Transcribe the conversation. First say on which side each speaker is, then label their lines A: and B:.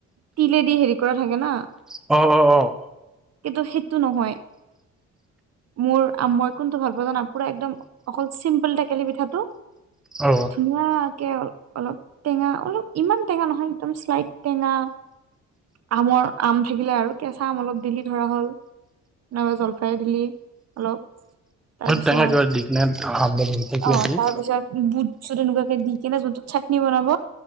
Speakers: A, on the right; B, in the centre.
A: তিলেদি হেৰি কৰা থাকে না।
B: অ, অ, অ।
A: কিন্তু সেইটো নহয়। মোৰ আ- মই কোনটো ভাল পাও জানা? পুৰা একদম অকল চিম্পুল টেকেলি পিঠাটো,
B: অ
A: ধুনীয়াকে অলপ টেঙা অলপ ইমান টেঙা নহয়, একদম শ্লাইট টেঙা। আমৰ আম থাকিলে আৰু কেঁচা আম অলপ দিলি ধৰা হ'ল। নাইবা জলফাই দিলি অলপ। তাৰপিছত
B: টেঙা <unintelligible>
A: অ তাৰপিছত বুট চুত এনেকুৱাকে দি কিনে যোনটোত চাটনি বনাব।